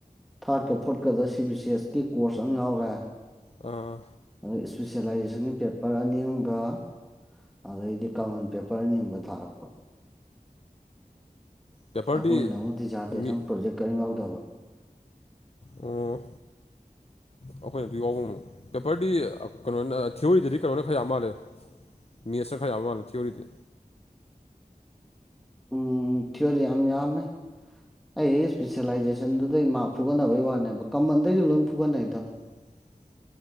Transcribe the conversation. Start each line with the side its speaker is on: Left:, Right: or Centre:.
Centre: ꯊꯥꯔꯠꯀ ꯐꯣꯔꯠꯀꯗ ꯁꯤ ꯕꯤ ꯁꯤ ꯑꯦꯁꯀꯤ ꯀꯣꯔꯁ ꯑꯃ ꯌꯥꯎꯔꯦ
Left: ꯑꯥ
Centre: ꯑꯗꯨ ꯏꯁꯄꯤꯁꯦꯂꯥꯏꯖꯦꯁꯟꯒꯤ ꯄꯦꯄꯔ ꯑꯅꯤ ꯑꯝꯒ ꯑꯗꯩꯗꯤ ꯀꯃꯟ ꯄꯦꯄꯔ ꯑꯅꯤ ꯑꯃꯒ ꯊꯥꯔꯛꯄ
Left: ꯄꯦꯄꯔꯗꯤ
Centre: ꯑꯩꯈꯣꯏꯅ ꯑꯃꯨꯛ ꯗꯤꯖꯥꯔꯇꯦꯁꯟ
Left: ꯃꯤ
Centre: ꯄ꯭ꯔꯣꯖꯦꯛ ꯀꯔꯤꯝ ꯌꯥꯎꯗꯕ
Left: ꯎꯝ ꯑꯩꯈꯣꯏꯅ ꯑꯗꯨ ꯌꯥꯎꯕ ꯃꯨꯛ ꯄꯦꯄꯔꯗꯤ ꯀꯩꯅꯣꯅ ꯊꯤꯑꯣꯔꯤꯗꯗꯤ ꯀꯩꯅꯣꯅ ꯈ ꯌꯥꯝꯃꯥꯜꯂꯦ ꯃꯦꯠꯁꯇ ꯈꯔ ꯌꯥꯕ ꯋꯥꯅꯤ ꯊꯤꯌꯣꯔꯤꯗꯤ
Centre: ꯎꯝ ꯊꯤꯌꯣꯔꯤ ꯌꯥꯝ ꯌꯥꯝꯃꯦ ꯑꯩ ꯑꯩ ꯏꯁꯄꯤꯁꯦꯂꯥꯏꯖꯦꯁꯟ ꯗꯨꯗꯩ ꯃꯥꯔꯛ ꯐꯨꯒꯠꯅꯕꯩ ꯋꯥꯅꯦꯕ ꯀꯃꯟ ꯗꯩꯁꯨ ꯂꯣꯏ ꯐꯨꯒꯠꯅꯩꯗꯥ
Left: <inaudible>